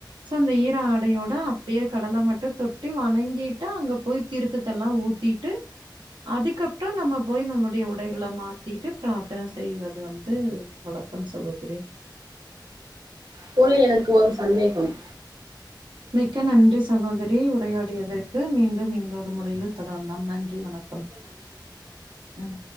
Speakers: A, on the right; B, on the right.
A: சோ அந்த ஈர ஆடையோட அப்டியே கடல மட் தொட்டு வணங்கிட்டு அங்க போய் தீர்த்தத்த எல்லா ஊத்திட்டு அதுக்கப்றோ நம்ம போய் நம் அப்டியே உடைகள மாத்திட்டு பிராத்தன செய்வது வந்து வழக்கம் சகோதரி
B: போல எனக்கு ஒரு சந்தேகம்
A: மிக்க நன்றி சகோதரி உரையாடியதற்கு மீண்டும் இன்னொ ரு முறையில் தொடரலாம் நன்றி வணக்கம் ம்